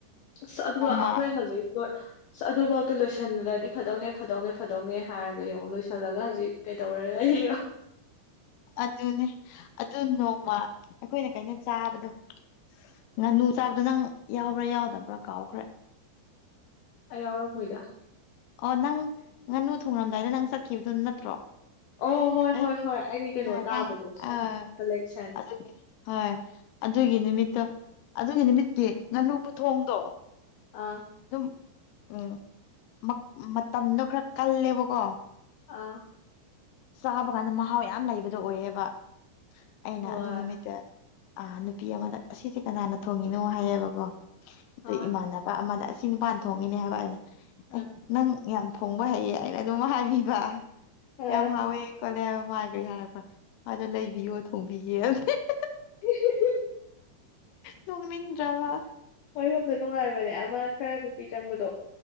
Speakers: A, on the left; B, on the left.
A: ꯑꯁ ꯑꯗꯨꯒ
B: ꯅꯣꯡꯃ
A: ꯑꯩꯈꯣꯏ ꯍꯧꯖꯤꯛ ꯂꯣꯏ ꯑꯁ ꯑꯗꯨꯐꯥꯎꯗ ꯂꯣꯏꯁꯤꯜꯂꯗꯤ ꯐꯗꯧꯅꯦ ꯐꯗꯧꯅꯦ ꯐꯗꯧꯅꯦ ꯍꯥꯏꯔꯒ ꯌꯦꯡꯉꯣ ꯂꯣꯏꯁꯤꯜꯂꯒ ꯍꯧꯖꯤꯛ ꯀꯩꯗꯧꯔ ꯂꯩ
B: ꯑꯗꯨꯅꯦ ꯑꯗꯨ ꯅꯣꯡꯃ ꯑꯩꯈꯣꯏꯅ ꯀꯩꯅꯣ ꯆꯥꯕꯗꯣ ꯉꯥꯅꯨ ꯆꯥꯕꯗꯣ ꯅꯪ ꯌꯥꯎꯕ꯭ꯔꯥ ꯌꯥꯎꯗꯕ꯭ꯔꯥ ꯀꯥꯎꯈ꯭ꯔꯦ꯫
A: ꯑꯩ ꯌꯥꯎꯔꯝꯃꯣꯏꯗ
B: ꯑꯣ ꯅꯪ ꯉꯥꯅꯨ ꯊꯣꯡꯔꯝꯗꯥꯏꯗ ꯅꯪ ꯆꯠꯈꯤꯕꯗꯣ ꯅꯠꯇ꯭ꯔꯣ
A: ꯑꯣ ꯍꯣꯏ
B: ꯑꯦ
A: ꯍꯣꯏ ꯍꯣꯏ ꯑꯩ ꯀꯩꯅꯣ
B: ꯍꯣꯏ
A: ꯇꯥꯕꯗꯣ
B: ꯅꯪ ꯑꯥ
A: ꯀꯥꯂꯦꯛꯁꯟ
B: ꯑꯗꯨꯒꯤ ꯍꯣꯏ ꯑꯗꯨꯒꯤ ꯅꯨꯃꯤꯠꯇꯣ ꯑꯗꯨꯒꯤ ꯅꯨꯃꯤꯠꯇꯤ ꯉꯥꯅꯨ ꯈꯨꯊꯣꯡꯗꯣ
A: ꯑ
B: ꯑꯗꯨꯝ ꯑ ꯃꯞ ꯃꯇꯝꯗꯣ ꯈꯔ ꯀꯜꯂꯦꯕꯀꯣ
A: ꯑꯥ
B: ꯆꯥꯕ ꯀꯥꯟꯗ ꯃꯍꯥꯎ ꯌꯥꯝ ꯂꯩꯕꯗꯣ ꯑꯣꯏꯌꯦꯕ꯫ ꯑꯩꯅ
A: ꯍꯣꯏ
B: ꯑꯗꯨ ꯅꯨꯃꯤꯠꯇ ꯑ ꯅꯨꯄꯤ ꯑꯃꯗ ꯑꯁꯤꯁꯦ ꯀꯅꯥꯅ ꯊꯣꯡꯉꯤꯅꯣ ꯍꯥꯢꯌꯦꯕꯀꯣ ꯑꯗꯩ
A: ꯑꯥ
B: ꯏꯃꯥꯟꯅꯕ ꯑꯃꯗ ꯑꯁꯤ ꯅꯨꯄꯥꯅ ꯊꯣꯡꯉꯤꯅꯦ ꯍꯥꯏꯕ ꯑꯩꯅ
A: ꯑ
B: ꯑꯦ ꯅꯪ ꯌꯥꯝ ꯊꯣꯡꯕ ꯍꯩꯌꯦ ꯑꯩꯅ ꯑꯗꯨꯝ ꯍꯥꯏꯕꯤꯕ
A: ꯑꯥ
B: ꯌꯥꯝ ꯍꯥꯎꯋꯦ ꯀꯣꯂꯦ ꯍꯋꯥꯏꯒ ꯌꯥꯔꯛꯄ ꯑꯗꯣ ꯂꯩꯕꯤꯌꯣ ꯊꯣꯡꯕꯤꯒꯦ <unintelligible>
A: <unintelligible>
B: ꯅꯣꯛꯅꯤꯡꯗ꯭ꯔꯥꯕ
A: ꯃꯣꯏ ꯍꯨꯝꯗꯣ ꯅꯨꯉꯥꯏꯕꯅꯦ ꯑꯃ ꯈꯔ ꯅꯨꯄꯤ ꯆꯪꯕꯗꯣ